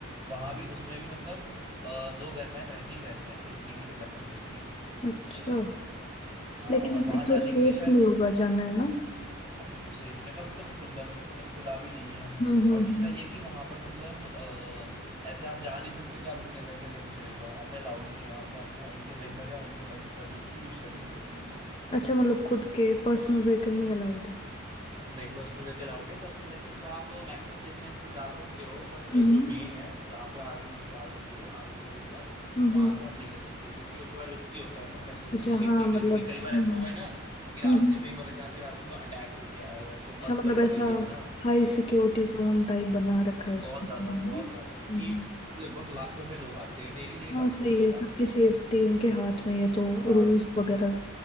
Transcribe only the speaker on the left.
अच्छा
लेकिन
अभी
तो सेफ
नहीं होगा जाना है ना
हम्म हम्म
हम्म।
अच्छा मतलब खुद के पर्सनल व्हीकल नहीं अलाउड है
हम्म
हम्म
अच्छा
हाँ
मतलब
हम्म
हम्म हम्म।
अच्छा
मतलब
ऐसा
हाई सिक्योरिटी जोन टाइप बना रखा है उसने
हम्म,
हम्म।
हाँ
सही
है सबकी
सेफ्टी उनके हाथ में है तो
रूल्स वगैरह